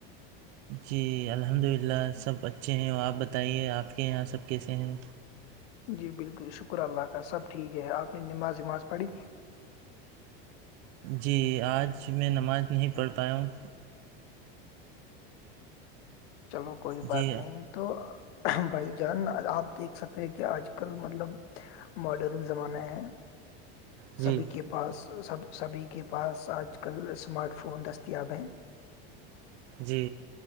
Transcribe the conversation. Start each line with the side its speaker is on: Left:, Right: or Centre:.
Right: جی الحمد للہ سب اچھے ہیں آپ بتائیے آپ کے یہاں سب کیسے ہیں
Left: جی بالکل شکر اللہ کا سب ٹھیک ہے آپ نے نماز وماز پڑھی
Right: جی آج میں نماز نہیں پڑھ پایا ہوں
Left: چلو کوئی بات
Right: جی
Left: نہیں تو بھائی جان آپ دیک سکتے کہ آج کل مطلب ماڈرن زمانے ہیں
Right: جی
Left: سبھی کے پاس سب سبھی کے پاس آج کل اسمارٹ فون دستیاب ہیں
Right: جی